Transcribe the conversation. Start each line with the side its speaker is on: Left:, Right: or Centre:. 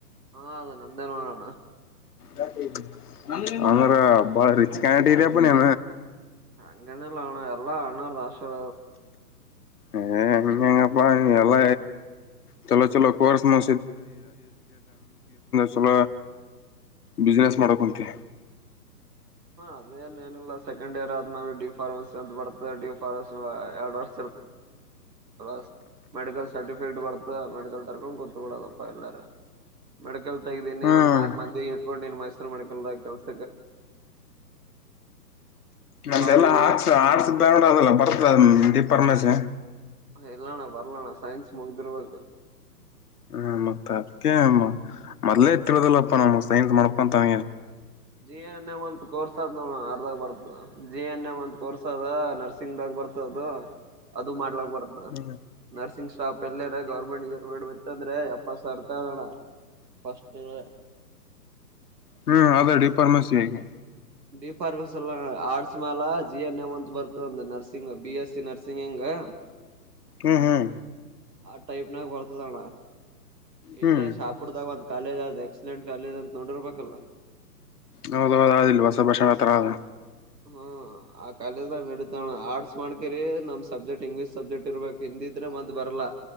Right: ಹಾ ಅದು ನಮ್ದೇ ನೋಡೋಣ
Left: ಅ ಅಮರ ಬಳ ರೀಚ ಕಾನಟ ಇರಿಪ ಅ
Right: ಅಂಗನಲ್ಲ ಹಣ ಎಲ್ಲಾ ಅಣ್ಣರು ದ ಆಶರ
Left: ಏ ಹೆಂಗಂಗಪ್ಪ ಎಲ್ಲ ಚಲೋ ಚಲೋ ಕೋರ್ ಮು ಚಲ ಬಿಸ್ಿನೆಸ್ ಮಾಡಕಂತೆ
Right: ಅದೇ ನನಲ್ಲ ಸೆಕಂಡ್ ಇಯರ್ ಆದ್ಮೇಲೆ ಡಿಫಾರ ಬ ಡಿಫಾರ ಎರಡ್ ವರ್ ಇ ಮಡಲ್ ಸರ್ಿ ಫಡ್ ಬರ್ತ ಮೆಡಿಕಲ್ ತರ್ಕೊಂಡ್ ಗೊತ್ಕದಪ್ಪಾ ಎಲ್ಲಾರ ಮೆಡಿಕಲ್ ತಗೀಿ
Left: ಹ್ಮ್
Right: ಒಂದ್ ನಾಲ್ಕ್ ಮಂದಿ ಇಟ್ಕೊಂಡು ನೀನ್ ಮೈಸೂರು ಮೆಡಕಲ್ದ ಕೆಲ್ಸ
Left: ನ
Right: ಅವ್ರಿಗೆ
Left: ಎಲ್ಲಾ ಹಾಕ್ಸ ಆಡ್ಸ ಬೇಡ ಅದಲ್ಲ ಬರ್ತದ ದೀಪ ರಮೇಶೆ
Right: ಎಲ್ಲಣ್ಣ ಬರ್ಲಣ್ಣ ಸೈನ್ಸ್ ಮುಗ್ದಿರ್ಬೇಕು
Left: ಹ್ಮ ಮತ್ತ ಅದಕಮ್ಮ ಮೊದಲಲೆ ತಿಳದಲ್ಪ್ಪ ನಮ್ಮ್ ಸೈನ್ಸ್ ಮಾಡ್ಕ ಅಂತಬ
Right: ಜಿ ಎನ್ ಎ ಅಂತತ್ ಕೋರ್ಸದ್ ನೋಡ ಅರ್ದಾಗ ಬರ್ತ ಜಿ ಎನ್ ಎ್ ಅಂತ ಕೋರ್ಸ್ ಅದ ನರ್ಸಿಂಗ್ಾಗ ಬರ್ತ ಅದು ಅದು ಮಾಡ್ಲಕ್ ಬರ್ತ
Left: ಹ್ಮ್
Right: ನರ್ಸಿಂಗ್ ಸ್ಟಾಪ್ ಎಲ್ಲಾರ ಗೌರ್ಮೆಂಟ್ ಗರ್ಮೆಂಟ್ ಬಿತ್ತಂದ್ರೆ ಅಪ್ಪ ಸರ್ತೋಣ ಫಸ್ಟ್ ತಿಂಗ
Left: ಹ್ಮ್ ಅ ಡಿ ಪಾರ್ಮಸಿಿಯಾಗಿ
Right: ಡಿಫಾರ್ಮಸ್ ಎಲ್ಲ ಆರ್ಟ್ಸ್ ಮ್ಯಾಲ ಜಿ ಎನ್ ಎಮ್ ಅಂತ ಬರ್ತ ಒಂದ nursing B S C nursing ಹೆಂಗ್ ಹ
Left: ಹ್ಮ್ ಹ್ಮ್
Right: ಆ ಟೈಪ್ ನಾಗ ಬರ್ತದಣ ಇಲ್ಲೇ
Left: ಹ್ಮ್
Right: ಶಾಪುರ್ದಾಗ ಒಂದ ಕಾಲೇಜ್ ಆದ್ ಎಕ್ಸಲೆಂಟ್ ಕಾಲೇಜ್ ಅಂತ ನೋಡಿರ್ಬೇಕಲ್ಲ
Left: ಹೌದ ಹೌದು ಅಲ್ ಹೊಸ ಭಷಣ ಹತ್ರ ಆದ
Right: ಹ್ಮ ಆ ಕಾಲೇಜ ಹೇಳಣ ಆರ್ಟ್ಸ್ ಮಾಡ್ಕಿರಿ ನಮ್ ಸಬ್ಜೆಕ್ಟ್ ಇಂಗ್ಲೀಷ್ ಸಬ್ಜೆಕ್ಟ್ ಇರ್ಬೇಕು ಹಿಂದಿಿದ್ರೆ ಮದ್ ಬರ್ಲಾ